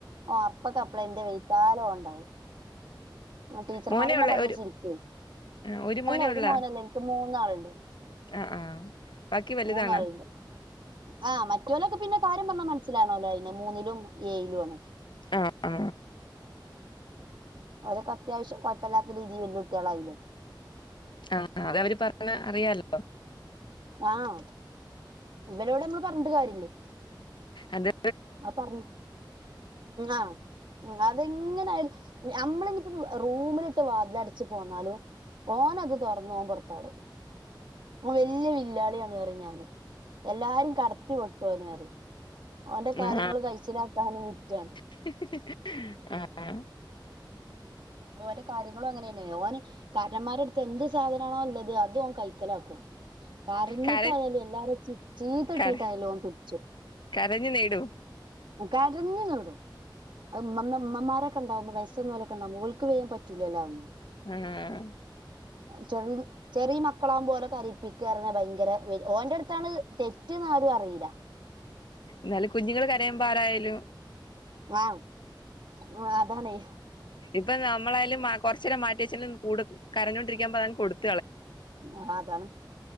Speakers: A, on the right (about 70°); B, on the left (about 70°).
A: ഓ അപ്പ കപ്പള എന്റെ വെയ്ത്താല് ഓം ണ്ടാവും. ടീച്ചറുമാര്
B: മോനെ
A: തന്നെ
B: ഉള്ള
A: പറഞ്
B: ഒരു
A: ചിരിക്കുവ
B: ആ, മോനെ
A: അല്ല ഒരു
B: ഉള്ള
A: മോനല്ല എനിക്ക് മൂന്നാളുണ്ട്
B: ആ ആ ബാക്കി വലുതാണ്
A: മൂന്നാളുണ്ട് ആഹ് മറ്റൊരൊക്കെ പിന്നെ- <unintelligible> മനസ്സിലാണല്ലോ അയ്ന് മൂന്നിലും ഏഴിലുംആണ്.
B: ആ ആ.
A: ഓലൊക്കെ അത്യാവശ്യം കൊഴപ്പല്ലാത്ത രീതില് വല്ലിയ കുട്ടികളായില്ലേ
B: ആഹ് ആഹ് അത് അവര് പറഞ്ഞത് അറിയാലോ.
A: ആഹ്. ഇവരോട് നമ്മള് പറഞ്ഞിട്ട് കാര്യമില്ലേ
B: അത്-
A: ആഹ് പറഞ്ഞ ആ അതെങ്ങനൊയാലും. നമ്മള് ഇനിയിപ്പോ റൂമിലിട്ട് വാതില് അടച്ച് പോന്നാലും ഓനന് അത് തൊറന്ന് ഓൻ പൊറത്ത് വരും വല്യ വില്ലാളിയാണ് പറയും ഞാന് എല്ലാരും കടത്തിവെട്ടും എന്ന് പറയും ഓന്റെ കാര്യങ്ങൾ
B: ആഹ
A: കഴിച്ചിലാക്കാനും വിറ്റാണ്
B: <unintelligible> ആഹ്
A: ഓന്റെ കാര്യങ്ങളും അങ്ങനെ തന്നെയ ഓന്റെ കാര്യങ്ങളും അങ്ങനെന്നാണ് ഓന് കാര്ണന്മാരട്ത്ത് എന്ത് സാധനാണോ ല്ലത് അതോ കൈക്കലാക്കും കരഞ്ഞിട്ടായാലും
B: കര
A: എല്ലാരെച്ചി ചീത്തട്ടിട്ടായലും
B: കര
A: ഓൻ പിട്ച്ചു
B: കരഞ്ഞു നേടൂ
A: കരഞ്ഞു നേടും അഹ് ഇമ്മമ്മ മ്മമാരെ കണ്ടാവുമ്പം വയസൊന്നോലൊക്കെണ്ടാവുമ്പം ഓൽക്ക് വേം പറ്റൂലല്ലോ അഹൊന്നും
B: ആഹ്
A: ചെറി ചെറ്യേ മക്കളാവുമ്പോ ഓലെ കരയിപ്പിക്കാർഞ്ഞ ഭയ്ങ്കര ഓന്റെടുത്താണ് തെറ്റെന്ന് ആരു അറീല്ല
B: ന്നാലും കുഞ്ഞുങ്ങള് കര എമ്പാരായാലും
A: ആഹ് അതാണേ
B: ഇപ്പം നമ്മളായാലും മാ കൊർച്ചേരം മാറ്റിവെച്ചുംകൂടും കരഞ്ഞോ ണ്ടിരികുമ്പം അങ്ങെ കൊടുക്കും
A: ആ അതാണ്